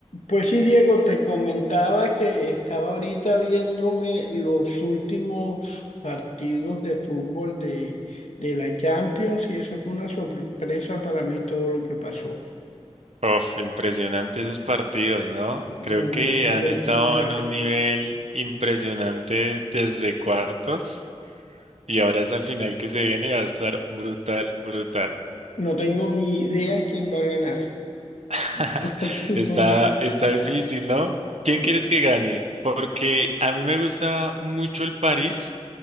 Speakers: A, on the left; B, on the right.
A: Pues sí, Diego, te comentaba que estaba ahorita viéndome los últimos partidos de fútbol de, de la Champions y eso fue una sorpresa para mí todo lo que pasó.
B: Uf, impresionante esos partidos, ¿no?
A: No,
B: Creo
A: Una
B: que han
A: locura.
B: estado en un nivel impresionante desde cuartos y ahora esa final que se viene va a estar brutal, brutal.
A: No tengo ni idea quién va a ganar. <laughs>
B: <laughs>
A: No tengo
B: Está,
A: ni...
B: está difícil, ¿no? ¿Quién
A: sí.
B: quieres que gane? Porque a mí me gusta mucho el París,